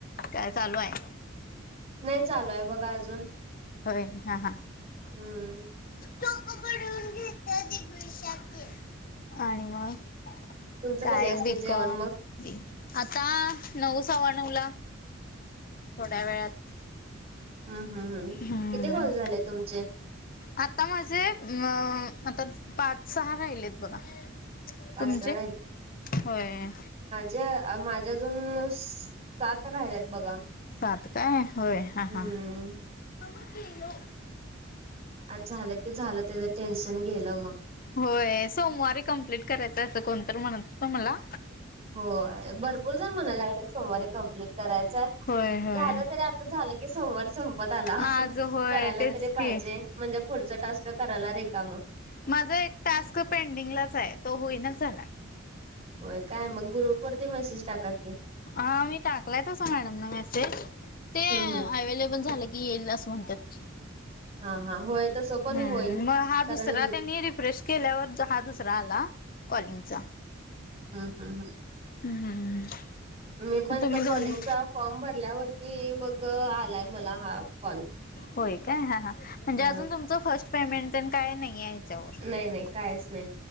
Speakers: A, on the left; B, on the right.
A: काय चालू आहे?
B: नाही चालू बघा अजून....
A: होय हा हा....
B: हम्म
A: डोक बडवून घेतोय <unintelligible> आणि मग
B: तुमचं
A: काय
B: कधी असते
A: बी
B: जेवण
A: कॉम
B: मग
A: बी आता नऊ सवा नवला. थोड्या वेळात
B: हम् हम् हम्
A: हम्म.
B: किती कॉल झाले तुमचे
A: आता माझे अ आता पाच सहा राहिलेत बघा
B: पाच
A: तुमचे
B: सहा
A: होय...
B: जे माझे अजून सात राहिल्यात बघा.
A: सात काय होय हा
B: हम्म
A: हा मम्मा पिलो....
B: आज झालं की झालं त्याचं टेन्शन गेलं मग...
A: होय सोमवारी कंम्प्लीट करायचं असं कोण तरी म्हणत होत. मला...
B: होय भरपूर जण म्हणाल्यात सोमवारी कंम्प्लीट करायचा झाल.
A: होय होय
B: तरी आ.... झालं की सोमवारी संपत..... त्याला
A: आज
B: करायला
A: होय तेच
B: तरी पाहिजे
A: की
B: म्हणजे पुढचा टास्क करायला रिकाम....
A: माझ एक टास्क पेंडिंगलाच आहे. तो होईना झालाय....
B: होय काय मग ग्रुप वरती मेसेज टाका की...
A: हा मी टाकलाय तस मॅडम न मेसेज.... ते
B: हम्म हम्म
A: अवेलेबल झालं की येईल असं म्हणतात.
B: हा हा होय तसं पण
A: हम्म
B: होईल
A: मग हा
B: कारण
A: दुसरा त्यांनी रिफ्रेश केल्यावर हा दुसरा आला.... कॉलिंग चा....
B: हम् हम् हम.....
A: हम्म
B: मी पण
A: तुम्ही
B: तो
A: दोन्ही
B: कॉलिंग चा फॉर्म भरल्यावरती मग आलाय मला हा कॉल....
A: होय काय हा हा म्हणजे
B: ह
A: अजून तुमचं फर्स्ट पेमेंट तेन काय नाहीे ह्याच्यावर....
B: नाही नाही कायच नाही....